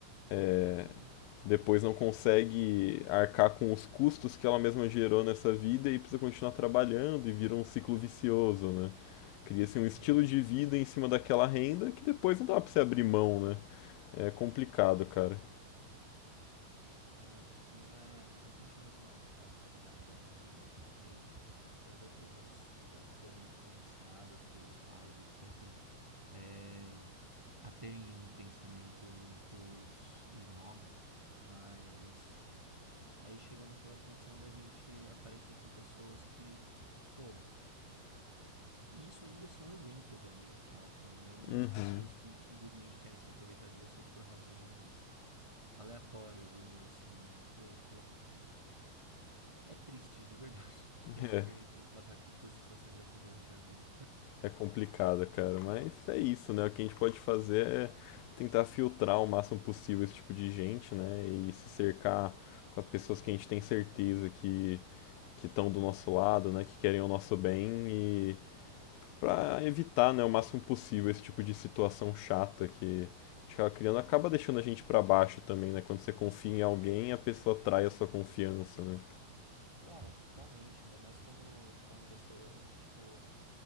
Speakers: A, on the right; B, on the left.
A: Pô, totalmente.
B: é,
A: cara.
B: depois não consegue arcar com os custos que ela mesma gerou nessa vida e precisa continuar trabalhando e vira um ciclo vicioso, né? Cria-se um estilo
A: Aham.
B: de vida em cima daquela renda que depois não dá pra você abrir mão, né? É complicado, cara.
A: Não é, não é, definitivamente não é algo fácil de se lidar e dá pra entender porque tantas pessoas, tipo, foram influenciadas pelos pais, etc., é, a terem um pensamento muito snob, mas aí chega naquela condição da gente aparecer com pessoas que, pô, isso ainda são exemplo de amigo falso, né? E
B: Uhum.
A: as pessoas que simplesmente querem se aproveitar de você por razões aleatórias, digamos assim, né? Pô, co- É triste, de verdade, <laughs> pensar
B: É,
A: que a gente tem que passar aqui por situações assim durante a vida.
B: é complicado, cara. Mas é isso, né? O que a gente pode fazer é tentar filtrar o máximo possível esse tipo de gente, né? E se cercar com as pessoas que a gente tem certeza que que estão do nosso lado, né? Que querem o nosso bem e para evitar, né, o máximo possível esse tipo de situação chata que a gente acaba criando, acaba deixando a gente para baixo também, né? Quando você confia em alguém, a pessoa trai a sua confiança, né?
A: Claro, totalmente. Ainda mais quando, quando você, tipo,